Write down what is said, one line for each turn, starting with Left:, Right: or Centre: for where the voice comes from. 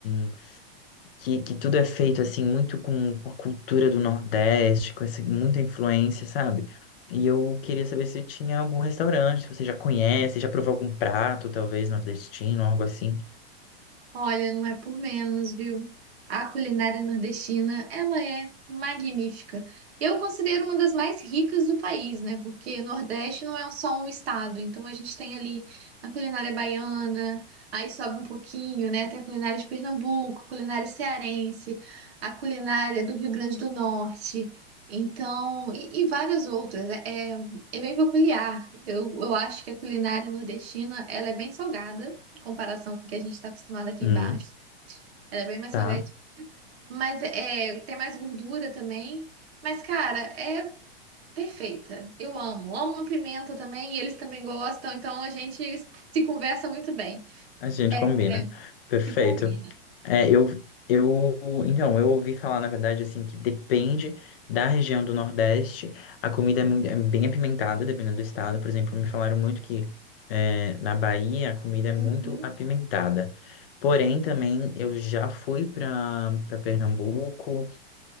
Left: um que, que tudo é feito assim muito com, com a cultura do Nordeste, com essa, muita influência, sabe? E eu queria saber se tinha algum restaurante, se você já conhece, já provou algum prato, talvez nordestino, algo assim.
Right: Olha, não é por menos, viu? A culinária nordestina, ela é magnífica. Eu considero uma das mais ricas do país, né? Porque Nordeste não é só um estado, então a gente tem ali a culinária baiana, aí sobe um pouquinho, né? Tem a culinária de Pernambuco, a culinária cearense, a culinária do Rio Grande do Norte, então, e, e várias outras. É, é, é bem peculiar. Eu, eu acho que a culinária nordestina, ela é bem salgada em comparação com o que a gente está acostumado aqui
Left: Hum,
Right: embaixo. Ela é bem mais
Left: tá.
Right: salgada. Mas é, tem mais gordura também. Mas, cara, é perfeita. Eu amo. Amo uma pimenta também, e eles também gostam, então a gente se conversa muito bem.
Left: A gente combina.
Right: É,
Left: Perfeito.
Right: se combina.
Left: É, eu, eu, então, eu ouvi falar, na verdade, assim, que depende da região do Nordeste, a comida é, mui- é bem apimentada, dependendo do estado. Por exemplo, me falaram muito que é, na Bahia a comida
Right: Uhum.
Left: é muito apimentada. Porém, também eu já fui para para Pernambuco,